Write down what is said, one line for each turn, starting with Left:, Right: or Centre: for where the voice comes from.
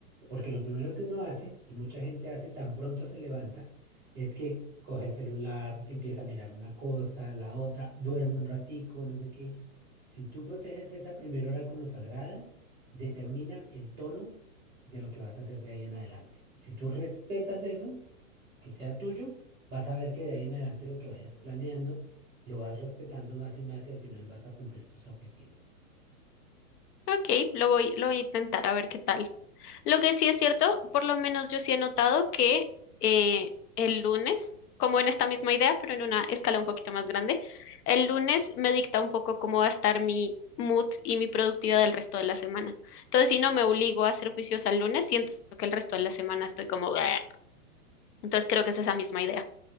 Centre: Porque lo primero que uno hace, y mucha gente hace tan pronto se levanta, es que coge el celular, empieza a mirar una cosa, la otra, duerme un ratico, no sé qué. Si tú proteges esa primera hora como sagrada, determina el tono de lo que vas a hacer de ahí en adelante. Si tú respetas eso, que sea tuyo, vas a ver que de ahí en adelante lo que vayas planeando, lo vas respetando más y más y al final vas a cumplir tus objetivos.
Left: Ok, lo voy, lo voy a intentar a ver qué tal. Lo que sí es cierto, por lo menos yo sí he notado que eh, el lunes, como en esta misma idea, pero en una escala un poquito más grande, el lunes me dicta un poco cómo va a estar mi mood y mi productividad del resto de la semana. Entonces, si no me obligo a ser juiciosa el lunes, siento que el resto de la semana estoy como... "Bleh". Entonces creo que es esa misma idea.